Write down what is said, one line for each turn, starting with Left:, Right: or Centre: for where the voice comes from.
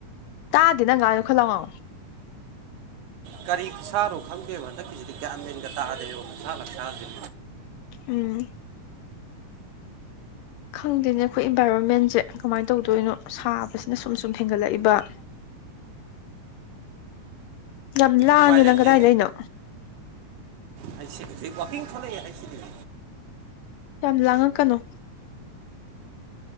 Left: ꯇꯥꯗꯤꯅꯪꯒꯒꯥꯅ ꯈꯂꯉ
Right: ꯀꯔꯤ ꯁꯥꯔꯣ ꯈꯪꯗꯦꯕ ꯍꯟꯗꯛꯀꯤꯁꯤꯗꯤ ꯀꯃꯦꯟꯒ ꯇꯥꯑꯦꯕ ꯑꯁꯥ ꯂ ꯆꯖ
Left: ꯎꯝ ꯈꯪꯗꯦꯅꯦ ꯑꯩꯈꯣꯏ ꯏꯟꯚꯥꯏꯔꯣꯟꯃꯦꯟꯁꯦ ꯀꯃꯥꯏꯅ ꯇꯧꯗꯣꯏꯅꯣ ꯁꯥꯕꯁꯤꯅ ꯁꯨꯝ ꯁꯨꯝ ꯍꯦꯟꯒꯠꯂꯛꯏꯕ <inaudible> ꯌꯥꯝ ꯂꯥꯡꯉꯦꯅꯪ
Right: ꯎꯄꯥꯏ ꯂꯩꯇꯦ
Left: ꯀꯗꯥꯏꯗꯅꯣ
Right: ꯍꯩꯁꯤ ꯋꯥꯀꯤꯡ ꯈꯂꯦ ꯍꯥꯏꯩꯁꯤ ꯗ
Left: ꯌꯥꯝ ꯂꯥꯡꯉꯛꯀꯅꯣ